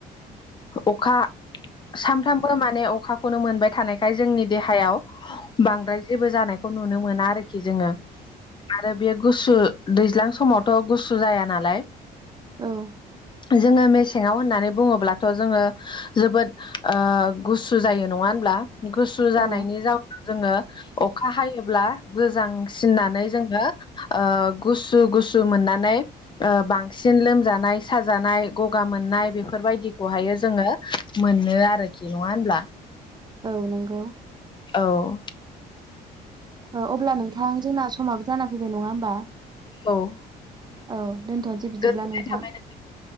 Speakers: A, on the left; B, on the right.
A: अखा सानफ्रोमबो माने अखाखौनो मोनबाय थानायखाय जोंनि देहायाव बांद्राय जेबो जानायखौ नुनो मोना आरोखि खि जोंङो आरो बे गुसु दैज्लां समावथ' गुसु जाया नालाय ।
B: औ ।
A: जोंङो मेसेंङाव होननानै बुङोब्लाथ' जोंङो जोबोद ओ गुसु जायो नङा होनब्ला? गुसु जानायनि
B: औ
A: जाउनाव जोङो अखा हायोब्ला गोजांसिननानै जोङो ओ गुसु गुसु मोननानै ओ बांस सिन लोमजानाय स साजानाय गगा मोननाय बेफोरबायदिखौहायो जोङो मोनो आरोखि नङा होमब्ला?
B: औ नंगौ।
A: औ
B: ओ अब्ला नोंथां जोंना समाबो जाना फैबाय नङा होमबा?
A: औ
B: औ दोनथ'नोसै बिदिब्ला
A: गोजोननाय
B: नोंथां
A: थाबाय नों